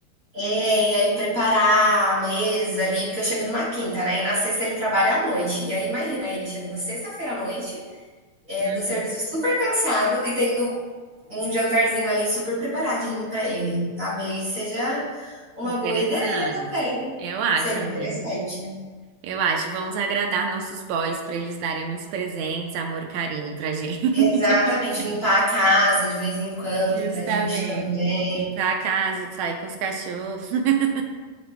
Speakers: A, on the right; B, on the right.
A: é, e aí preparar a mesa ali, porque eu chego numa quinta, né? E na sexta ele trabalha à noite. E aí imagina, ele chegando sexta-feira à noite, é,
B: Uhum,
A: do serviço super cansado e tendo um jantarzinho ali super preparadinho pra ele. Talvez seja uma
B: Interessante.
A: boa ideia também.
B: Eu acho,
A: Seria
B: amigo.
A: interessante.
B: Eu acho. Vamos agradar nossos boys para eles darem uns presentes, amor e carinho pra gente. <laughs>
A: Exatamente, limpar a casa de vez em quando
B: Justamente.
A: pra gente também,
B: Limpar a casa, sair com os cachorros. <laughs>